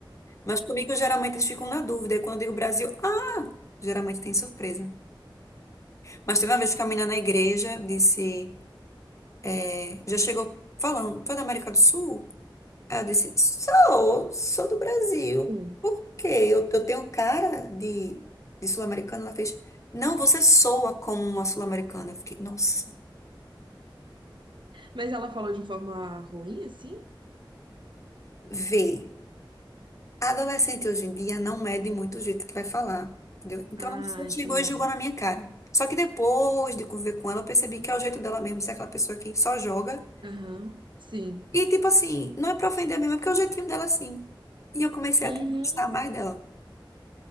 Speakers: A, on the left; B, on the right.
A: Mas comigo, geralmente, eles ficam na dúvida. E quando eu digo Brasil, ah, geralmente tem surpresa. Mas teve uma vez que a menina na igreja disse, é, já chegou falando, foi da América do Sul? Aí eu disse, sou, sou do Brasil.
B: Hum.
A: Por quê? Eu, eu tenho cara de, de sul-americana? Ela fez, não, você soa como uma sul-americana. Eu fiquei, nossa,
B: Mas ela falou de forma ruim, assim?
A: vê. A adolescente hoje em dia não mede muito o jeito que vai falar, entendeu? Então
B: Ah,
A: ela só
B: entendi.
A: chegou e jogou na minha cara. Só que depois de conviver com ela, eu percebi que é o jeito dela mesmo, ser aquela pessoa que só joga.
B: Aham, sim.
A: E tipo assim, não é pra ofender mesmo, é porque é o jeitinho dela assim. E eu comecei
B: Uhum.
A: até a gostar mais dela.